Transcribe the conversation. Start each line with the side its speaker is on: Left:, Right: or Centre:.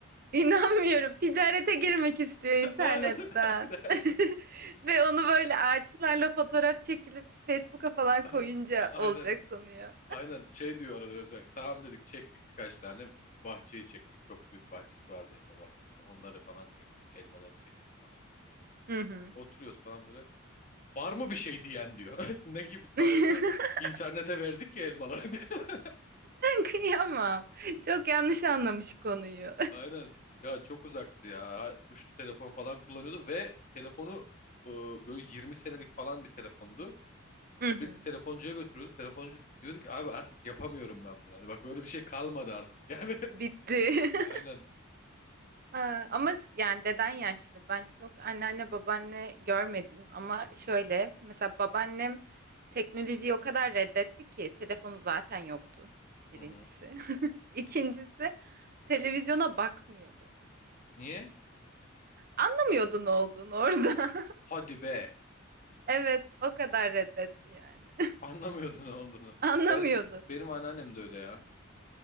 Right: İnanmıyorum. Ticarete girmek istiyor internetten.
Left: Aynen aynen.
Right: <laughs> Ve onu böyle ağaçlarla fotoğraf çekilip Facebook'a falan
Left: <laughs>
Right: koyunca
Left: Aynen
Right: olacak sanıyor.
Left: aynen şey diyor arada Özbek. Tamam dedik çektik birkaç tane. Bahçeyi çektik. Çok büyük bahçesi vardı elma bahçesi. Onları falan çektik. Elmaları çektik. falan.
Right: Hı hı.
Left: Oturuyoruz falan böyle. Var mı bir şey diyen diyor. <laughs> Ne gibi
Right: <laughs>
Left: falan diyor. İnternete verdik ya elmaları. <laughs>
Right: Kıyamam. Çok yanlış anlamış konuyu.
Left: Aynen. Ya çok uzaktı ya. Tuşlu telefon falan kullanıyordu ve telefonu e, böyle 20 senelik falan bir telefondu.
Right: Hı hı.
Left: Sürekli telefoncuya götürüyordu. Telefoncu diyordu ki abi artık yapamıyorum ben bunu. Hani bak böyle bir şey kalmadı artık. <laughs> Yani
Right: Bitti. <laughs>
Left: aynen.
Right: Ha, ama s- yani deden yaşlı. Ben çok anneanne babaanne görmedim ama şöyle mesela babaannem teknolojiyi o kadar reddetti ki telefonu zaten yoktu birincisi.
Left: Hı hı.
Right: <laughs> İkincisi televizyona bakmıyordu.
Left: Niye?
Right: Anlamıyordu ne olduğunu orada. <laughs>
Left: Hadi be.
Right: Evet o kadar reddetti yani.
Left: Anlamıyordun ne olduğunu.
Right: <laughs> Anlamıyordu.
Left: Gerçi benim anneannem de öyle ya.